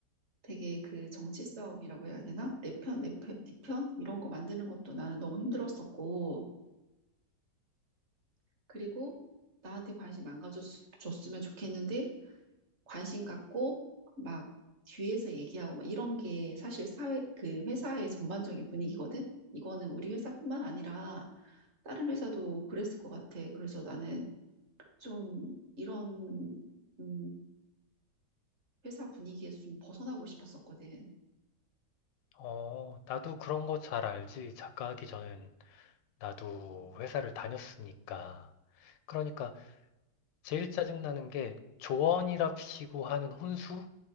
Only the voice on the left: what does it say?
어, 나도 그런 거 잘 알지. 작가하기 전엔 나도 회사를 다녔으니까. 그러니까 제일 짜증나는 게 조언이랍시고 하는 혼수?